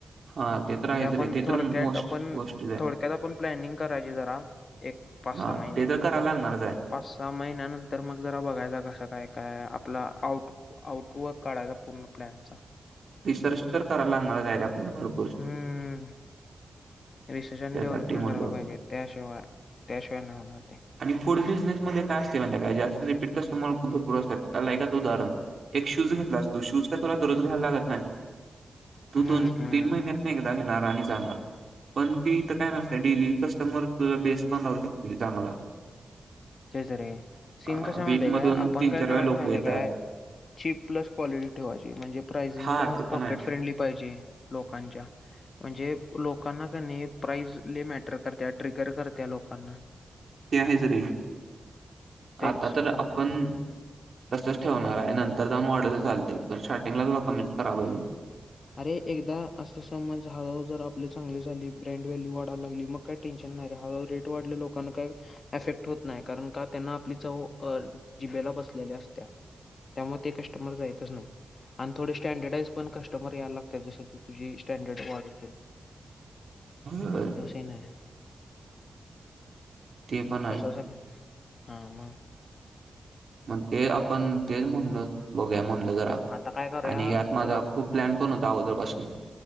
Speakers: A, on the right; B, on the left.
A: हां, ते तर
B: म्हणजे.
A: आहेच
B: आपण
A: रे. ते
B: थोडक्यात
A: तर मोस्ट
B: आपण
A: गोष्टीच आहे.
B: थोडक्यात आपण प्लॅनिंग करायची जरा एक पाच
A: हा.
B: सहा महिने
A: ते तर कराला लागणारचय.
B: आणि पाच सहा महिन्यानंतर मग जरा बघायचा. कसां काय काय आपला. आउट आउटवक काळा पूर्ण. पलॅनचा
A: रीसर्च तर करायला लागणार जाय रे आपल्याला बरोबर
B: हम्म रिसर्च आणि
A: त्यासाठी
B: डेव्हलपमेंट
A: म्हणलो
B: करायला पाहिजे त्याशिवाय त्याशिवाय नाही होणार ते
A: आणि फूड बिझनेस मध्ये काय असतय माहिती हाय काय जास्त रिपीट कस्टमर खूप भरपूर असत्यात लायकचं उदाहरण एक शूज घेतलास तू शूज काय तुला दररोज घ्यायला लागत नाही तू
B: हम्म
A: दोन तीन महिन्यात एकदा घेणार आणि जाणार पण ती इथं काय नसते डेली कस्टमर तुझा बेस पण राहू शकतोय तुझा चांगला
B: तेच रे
A: अ,
B: सीन
A: हं,
B: कसा
A: वीकमधून
B: माहतीय काय
A: हं.
B: आपण काय करायच
A: वेळा लोकं
B: माहितय
A: येतात.
B: काय चीप प्लस क्वालिटी ठेवायची म्हणजे प्रायझिंगला
A: हां, ते
B: पॉकेट
A: पण आहे.
B: फ्रेंडली पाहिजे लोकांच्या म्हणजे लोकांना का नाही प्राईझ लई मॅटर करत्या ट्रिगर करत्या लोकांना
A: ते हायच रे
B: तेच
A: आता तर आप
B: मग
A: पण तसच ठेवणार आहे नंतर जाऊन वाढवल तर चालतंय पण स्टार्टिंगला तुला कमीच करा पाहिजे
B: अरे एकदा असं समज हळूहळू जर आपले चांगली झाली ब्रँड व्हॅल्यू वाढायला लागली मग काही टेन्शन नाही रे हळूहळू रेट वाढले लोकांना काही एफेक्ट होत नाही कारण का त्यांना आपली चव अ जिभेला बसलेली असत्या त्यामुळे ते कस्टमर जायतच नाही आणि थोडे स्टँडर्डाइज पण क कस्टमर यायला लागतात जसं तू तुझी स्टँडर्ड वाढायशील
A: <unintelligible>
B: ह्यो सीन आहे
A: ते पण आहे
B: तसच हाय हा मग
A: मग ते आपण तेच म्हणल बघूया म्हणल जरा
B: आता काय करूया
A: आणि यात माझा
B: ज-
A: खूप प्लॅन पण होता अगोदरपासून